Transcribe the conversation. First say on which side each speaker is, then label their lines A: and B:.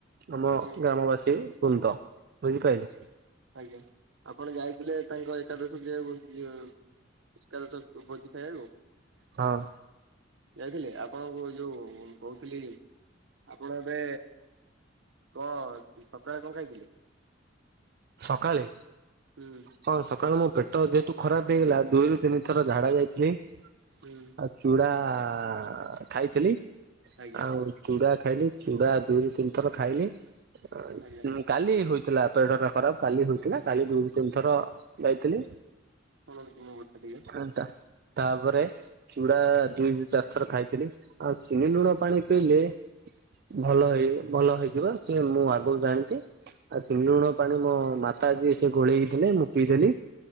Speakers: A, on the right; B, on the right.
A: ଆମ
B: ହୁଁ
A: ଗ୍ରାମବାସୀ ବୃନ୍ଦ ବୁଝିପାଇଲେ।
B: ଆଜ୍ଞା ଆପଣ ଯାଇଥିଲେ ତାଙ୍କ ଏକାଦଶ କ୍ରିୟାକୁ <unintelligible> ଏକାଦଶ କୁ ଭୋଜି ଖାଇବାକୁ।
A: ହଁ।
B: ଯାଇଥିଲେ ଆପଣଙ୍କୁ ଯୋଉ ଉଁ କୋହୁଥିଲି। ଆପଣ ଏବେ କଁ ସକାଳେ କଁ ଖାଇଥିଲେ।
A: ସକାଳେ
B: ହୁଁ।
A: ହଁ ସକାଳୁ ମୋ ପେଟ ଯେହେତୁ ଖରାପ ହେଇଗଲା ଦୁଇ ରୁ ତିନି ଥର ଝାଡା ଯାଇଥିଲି।
B: ହୁଁ।
A: ଆଉ ଚୁଡ଼ା ଆ ଖାଇଥିଲି
B: ଆଜ୍ଞା
A: ଆଉ ଚୁଡ଼ା ଖାଇଲି ଚୁଡା ଦୁଇରୁ ତିନି ଥର ଖାଇଲି ଅଁ
B: ଆଜ୍ଞା
A: ଉଁ କାଲି ହୋଇଥିଲା <unintelligible> ଖରାପ କାଲି ହୋଇଥିଲା କାଲି ଦୁଇରୁ ତିନ ଥର ଯାଇଥିଲି
B: ଶୁଣନ୍ତୁ ମୋ କଥା ଟିକେ
A: ଝାଡ଼ା ତାପରେ ଚୁଡା ଦୁଇରୁ ଚାରି ଥର ଖାଇଥିଲି ଆଉ ଚିନି ଲୁଣ ପାଣି ପିଇଲେ ଭଲ ହେଇ ଭଲ ହେଇଯିବ ସିଏ ମୁଁ ଆଗରୁ ଜାଣିଚି ଆଉ ଚିନି ଲୁଣ ପାଣି ମୋ ମାତା ଯିଏ ସିଏ ଗୋଳେଇ କି ଦେଲେ ମୁଁ ପିଇଦେଲି।